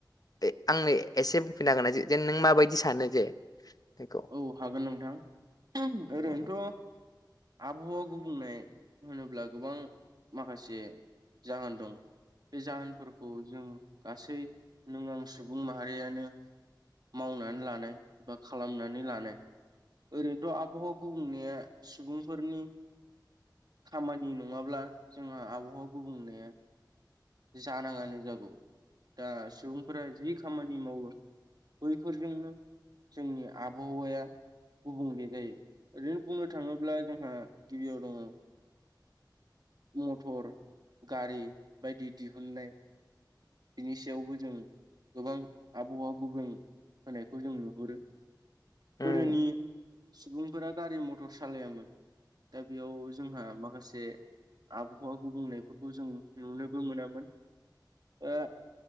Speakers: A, on the left; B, on the right.
A: ए आंनो एसे बुंफिना होनाय जे-जेन नों माबायदि सानो जे बेखौ
B: औ हागोन नोंथां ओम ओरैनोथ'
A: उम
B: आबुहाआव गुबुंनाय होनोब्ला गोबां माखासे जाहोन दं बे जाहोनफोरखौ जों गासै नों आं सुबुं माहारियानो मावनानो लानो बा खालाम ना नै लानो ओरैनोथ आबुबो बुंनेया सुबुंफोरनि खामानि नंङाब्ला जोंहा आबहुबो गुबुंनाया जानाङानो जागौ दा सुबुंफोरा जि खामानि मावो बैफोरनिनो जोंनि आबुहुवाया गुबुंले जायो ओरैनो बुंओ थाङोब्ला जोंहा गिबियाव दङो मथर गारि बायदि दिहुननाय बिनि सायावबो जों गोबां आबुवा गुबुं होनायखौ जों नुहुरो।
A: उम
B: गोदोनि सुबुंफोरा गारि मथर सालेयामोन दा बेयाव जोंहा माखासे आबहुवा गुबुंनायफोरखौ जों नुनोबो मोनामोन ओआ